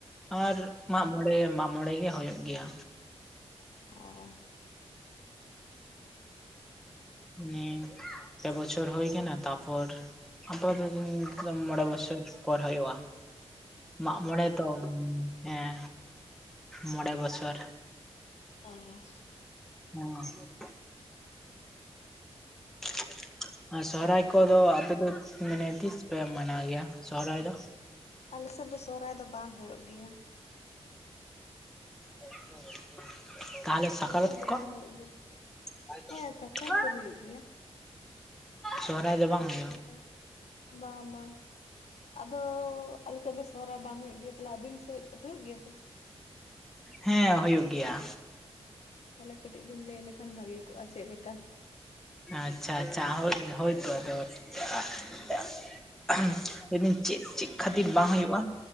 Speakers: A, in the centre; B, on the left.
A: ᱟᱨ ᱢᱟᱜ ᱢᱚᱬᱮ ᱢᱟᱜ ᱢᱚᱬᱮ ᱜᱮ ᱦᱳᱭᱳᱜ ᱜᱮᱭᱟ
B: ᱚ
A: ᱦᱮᱸ ᱦᱩ ᱯᱮ ᱵᱚᱪᱷᱚᱨ ᱦᱩᱭ ᱠᱟᱱᱟ ᱛᱟᱯᱚᱨ ᱟᱯᱟᱛᱚ ᱢᱚᱬᱮ ᱵᱚᱪᱷᱚᱨ ᱯᱚᱨ ᱦᱩᱭᱩᱜᱼᱟ ᱢᱟᱜ ᱢᱚᱬᱮ ᱛᱚ ᱦᱩᱸ ᱦᱮᱸ ᱢᱚᱬᱮ ᱵᱚᱪᱷᱚᱨ
B: ᱚ
A: ᱦᱮᱸ <inaudible> ᱟᱨ ᱥᱚᱦᱨᱟᱭ ᱠᱚᱫᱚ ᱟᱯᱮ ᱫᱚ ᱢᱟᱱᱮ ᱛᱤᱥ ᱯᱮ ᱢᱟᱱᱟᱣ ᱜᱮᱭᱟ ᱥᱚᱦᱚᱨᱟᱭ ᱫᱚ
B: ᱟᱞᱮᱥᱮᱫ ᱫᱚ ᱥᱚᱦᱚᱨᱟᱭ ᱫᱚ ᱵᱟᱝ ᱦᱩᱭᱩᱜ ᱜᱮᱭᱟ
A: <inaudible> ᱛᱟᱦᱚᱞᱮ ᱥᱟᱠᱨᱟᱛ
B: ᱥᱚᱦᱨᱟᱭ ᱫᱚ
A: ᱠᱚ?
B: ᱵᱟᱝ ᱦᱩᱭᱩᱜ ᱜᱮᱭᱟ
A: <unintelligible>
B: ᱦᱮᱸ ᱥᱟᱠᱨᱟᱛ ᱫᱚ ᱦᱩᱭᱩᱜ ᱜᱮᱭᱟ
A: ᱥᱚᱦᱨᱟᱭ ᱫᱚ ᱵᱟᱝ ᱦᱩᱭᱩᱜ
B: <unintelligible> ᱵᱟᱝ ᱢᱟ ᱟᱫᱚ ᱟᱞᱮᱥᱮᱫ ᱫᱚ ᱥᱚᱦᱚᱨᱟᱭ ᱵᱟᱝ ᱦᱩᱭᱩᱜ ᱜᱮᱭᱟ ᱛᱟᱦᱚᱞᱮ ᱟᱵᱤᱱ ᱥᱮᱫ ᱦᱩᱭᱩᱜ ᱜᱮᱭᱟ ᱥᱮ
A: ᱦᱮᱸ ᱦᱩᱭᱩᱜ ᱜᱮᱭᱟ
B: ᱛᱟᱦᱚᱞᱮ ᱠᱟᱹᱴᱤᱡ ᱵᱤᱱ ᱞᱟᱹᱭ ᱞᱮᱠᱷᱟᱱ ᱵᱷᱟᱜᱮ ᱠᱚᱜᱼᱟ ᱪᱮᱫ ᱞᱮᱠᱟ
A: ᱟᱪᱪᱷᱟ ᱟᱪᱪᱷᱟ ᱦᱳᱭ ᱦᱳᱭ ᱛᱳ ᱟᱫᱚ <unintelligible> <unintelligible> ᱢᱤᱱᱫᱤᱱ ᱪᱮᱫ ᱪᱮᱫ ᱠᱷᱟᱹᱛᱤᱨ ᱵᱟᱝ ᱦᱩᱭᱩᱜᱼᱟ